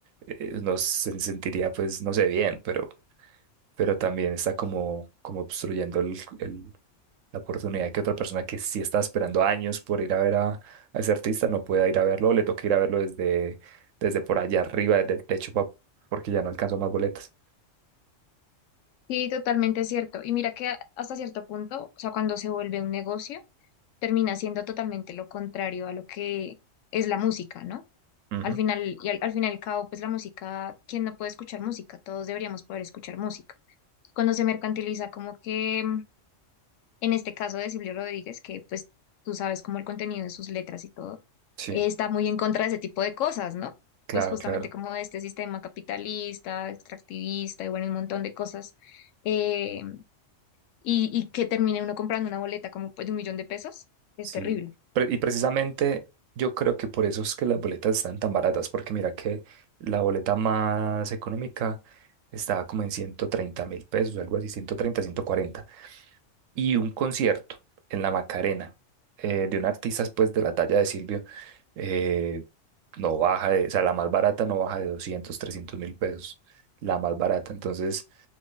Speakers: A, on the right; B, on the left.
A: eh, no se sentiría, pues, no sé, bien, pero, pero también está como, como obstruyendo el, el- la oportunidad que otra persona que sí está esperando años por ir a ver a, a ese artista no pueda ir a verlo, o le toca ir a verlo desde, desde por allá arriba, desde el techo, pa- porque ya no alcanzó más boletas.
B: Sí, totalmente cierto. Y mira que a- hasta cierto punto, o sea, cuando se vuelve un negocio, termina siendo totalmente lo contrario a lo que es la música, ¿no?
A: Ujú.
B: Al final, y al, al final y al cabo, pues la música, ¿quién no puede escuchar música? Todos deberíamos poder escuchar música. Cuando se mercantiliza, como que En este caso de Silvio Rodríguez, que pues tú sabes como el contenido de sus letras y todo,
A: Sí,
B: eh, está muy en contra de ese tipo de cosas, ¿no?
A: claro,
B: Pues justamente
A: claro.
B: como de este sistema capitalista, extractivista y bueno, un montón de cosas. eh, y, y que termine uno comprando una boleta como pues, de un millón de pesos, es
A: Sí,
B: terrible.
A: pre- y precisamente yo creo que por eso es que las boletas están tan baratas, porque mira que la boleta más económica estaba como en ciento treinta mil pesos, algo así, ciento treinta, ciento cuarenta y un concierto en la Macarena eh, de un artista pues de la talla de Silvio eh, no baja de, o sea, la más barata no baja de 200 300 mil pesos, la más barata. Entonces,